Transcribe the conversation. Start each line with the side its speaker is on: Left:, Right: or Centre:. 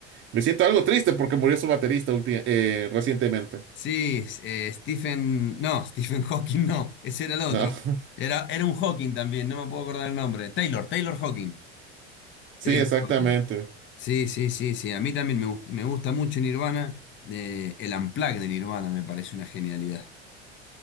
Right: me siento algo triste porque murió su baterista ulti- eh, recientemente.
Left: Sí, eh, Stephen, no, <laughs> Stephen Hawking no, ese era el otro.
Right: No, <laughs>
Left: Era, era un Hawking también, no me puedo acordar el nombre. Taylor, Taylor Hawking.
Right: sí,
Left: Taylor
Right: exactamente.
Left: Hawking. Sí, sí, sí, sí. A mí también me gusta, me gusta mucho Nirvana. Eh, el Unplugged de Nirvana me parece una genialidad.